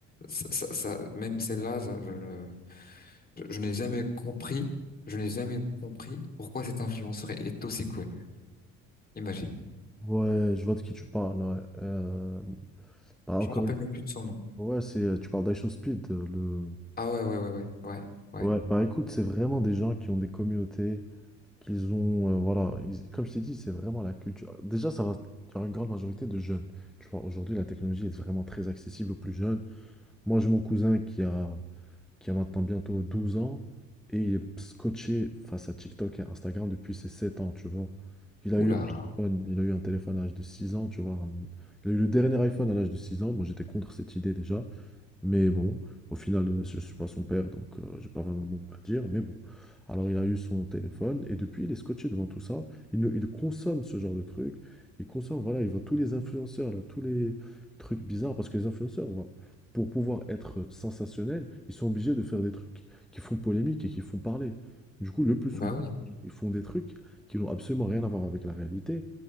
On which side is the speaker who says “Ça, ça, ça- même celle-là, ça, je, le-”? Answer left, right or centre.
Left